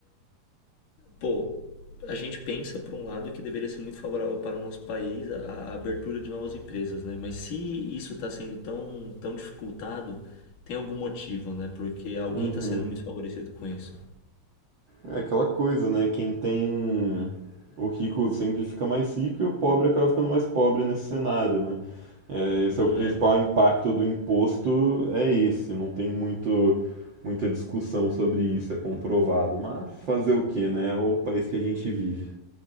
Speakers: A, on the left; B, on the right.
A: pô, a gente pensa por um lado que deveria ser muito favorável para o nosso país a, a abertura de novas empresas, né? Mas se isso está sendo tão, tão dificultado, tem algum motivo, né? Porque alguém
B: Uhum.
A: está sendo muito favorecido com isso.
B: É aquela coisa, né? Quem tem. O rico sempre fica mais rico e o pobre acaba ficando mais pobre nesse cenário, né? É, esse
A: Hum,
B: é o principal
A: é.
B: impacto do imposto, é esse. Não tem muito, muita discussão sobre isso, é comprovado. Mas fazer o quê, né? É o país que a gente vive.